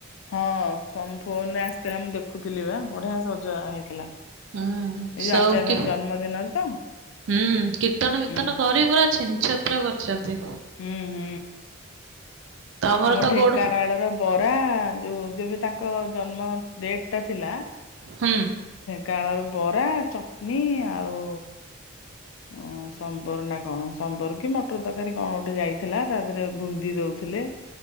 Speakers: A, on the left; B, on the right.
A: ହଁ ଫୋଁ ଫୋନରେ ଆସିଥିଲା ମୁଁ ଦେଖୁଥିଲି ବା। ବଢିଆ ସଜ ହେଇଥିଲା। ଏଇ
B: ହୁଁ
A: ଯୋଉ
B: ସବୁ
A: ଆଚାର୍ଯ୍ୟଙ୍କ
B: କି
A: ଜନ୍ମ ଦିନରେ ତ?
B: ହୁଁ କୀର୍ତ୍ତନ ବିୀର୍ତନ
A: ହୁଁ।
B: କରି ପୁରା ଛିନ ଛତ୍ର କରିଛନ୍ତି।
A: ହୁଁ ହୁଁ।
B: ତମର
A: ଆମ
B: ତ
A: ଢେଙ୍କାନାଳର
B: ଗୋଡ
A: ବରା ଯୋଉ ଯବେ ତାଙ୍କ ଜନ୍ମ ଡେଟ୍ ଟା ଥିଲା।
B: ହୁଁ।
A: କାଁଳର ବରା ଚଟଣୀ ଆଉ ଓ ସମ୍ବର ନାଁ କଣ ସମ୍ବର କି ମଟର ତରକାରୀ କଣ ଗୋଟେ ଯାଇଥିଲା ତା ଦେହରେ ବୁନ୍ଦି ଦଉ ଥିଲେ।